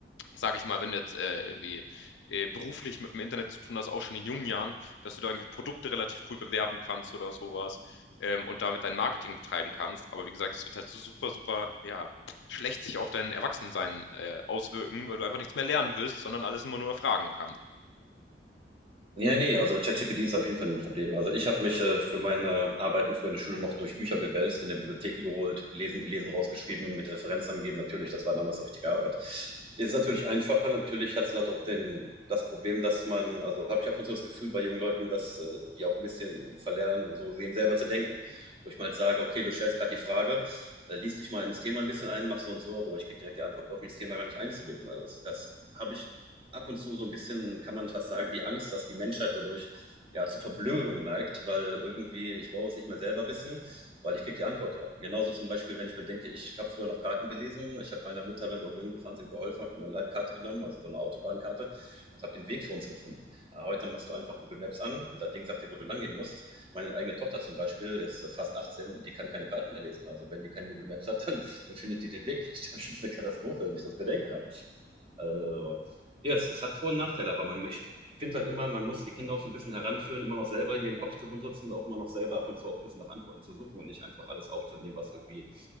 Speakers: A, on the left (about 75°); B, on the right (about 30°).
A: sage ich mal, wenn du jetzt äh, irgendwie äh, beruflich mit dem Internet zu tun hast, auch schon in jungen Jahren, dass du da irgendwie Produkte relativ cool bewerben kannst oder sowas ähm, und damit dein Marketing betreiben kannst. Aber wie gesagt, es wird halt so super, super, ja, schlecht sich auf dein Erwachsensein äh, auswirken, weil du einfach nichts mehr lernen willst, sondern alles immer nur erfragen kannst.
B: Ja, ne, also ChatGPT ist auf jeden Fall ein Problem. Also, ich habe mich, äh, für meine Arbeiten früher in der Schule noch durch Bücher gewälzt, in der Bibliothek die geholt, gelesen, gelesen, rausgeschrieben, mit Referenz angeben. Natürlich, das war damals auch richtige Arbeit. Ist natürlich einfacher. Natürlich hat's noch doch den das Problem, dass man also, habe ich ab und zu das Gefühl bei jungen Leuten, dass, äh, die auch ein bisschen verlernen, so sehen selber zu denken. Wo ich mal sage: „Okay, du stellst gerade die Frage, äh, lies dich mal ins Thema ein bisschen ein, mach so und so“, aber ich kriege direkt die Antwort, brauche mich das Thema gar nicht einzulesen. Also, das das habe ich ab und zu so ein bisschen, kann man fast sagen, die Angst, dass die Menschheit dadurch ja zur Verblödung neigt, weil irgendwie ich brauche es nicht mehr selber wissen, weil ich kriege die Antwort ja. Genauso zum Beispiel, wenn ich mir denke, ich habe früher noch Karten gelesen, ich habe meiner Mutter, wenn wir irgendwo hingefahren sind, geholfen, habe eine Landkarte genommen, also so eine Autobahnkarte und habe den Weg für uns gefunden. Ja, heute machst du einfach Google Maps an und das Ding sagt dir, wo du lang gehen musst. Meine eigene Tochter zum Beispiel, jetzt fast 18, die kann keine Karten mehr lesen. Also wenn die kein Google Maps hat, <laughs> dann findet die den Weg nicht. Das ist eine Katastrophe, wenn ich das bedenke. Ja. Also, ja, es, es hat Vor- und Nachteile, aber man, ich finde halt immer, man muss die Kinder auch so ein bisschen heranführen, immer noch selber ihren Kopf zu benutzen und auch immer noch selber ab und zu auch ein bisschen nach Antworten zu suchen und nicht einfach alles aufzunehmen, was irgendwie